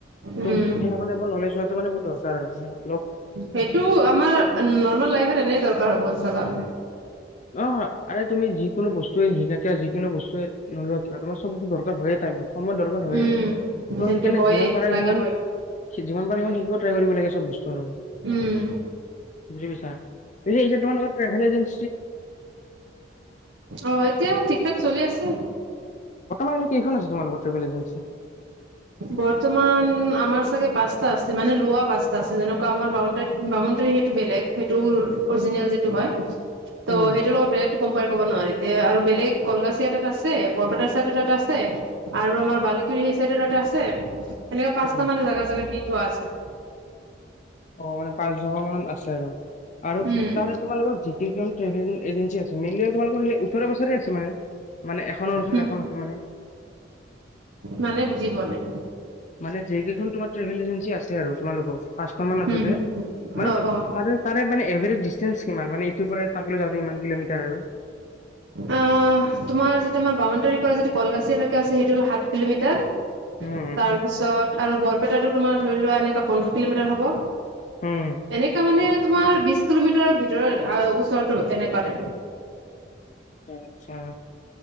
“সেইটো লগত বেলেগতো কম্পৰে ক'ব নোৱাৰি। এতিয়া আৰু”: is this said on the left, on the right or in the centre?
Right